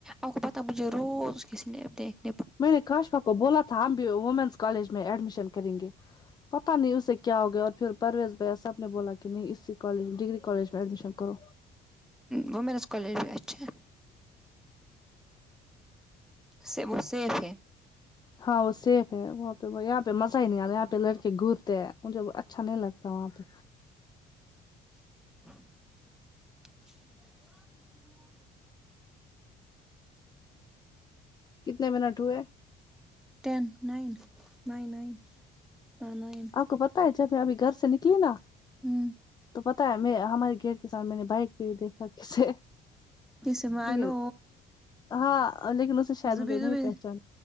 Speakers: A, in the centre; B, on the left.
A: آپ کو پتہ مجھے روز کے <unintelligible> س نپ د
B: میں نے کاشفا کو بولا تھا ہم بھی وومنس کالج میں ایڈمیشن کریں گے پتا نہیں اسے کیا ہو گیا اور پھر پرویز بھائی سب نے بولا کہ نہیں اسی کالج میں ڈگری کالج میں ایڈمیشن کرو
A: وومینس کالج بھی اچھے سے وہ سیف ہے
B: ہاں وہ سیف ہے وہاں پہ یہاں پہ مزہ ہی نہیں آ رہا یہاں پہ لڑکے گور مجھے اچھا نہیں لگتا وہاں پہ
A: ناقابل فہم
B: کتنے منٹ ہوئے
A: ٹین نائن نائن نائناں نائن
B: آپ کو پتاہ ہے جب میں ابھی گھر سے نکلی نا
A: ہوں
B: تو پتا ہے میں ہمارے گیٹ کے ساتھ میں نے بائک پہ ہی دیکھا کسے
A: جسے میں
B: لیکن
A: نو
B: ہاں لیکن اسے شاید
A: زبی
B: مجھے نہیں
A: زبی
B: پہچانا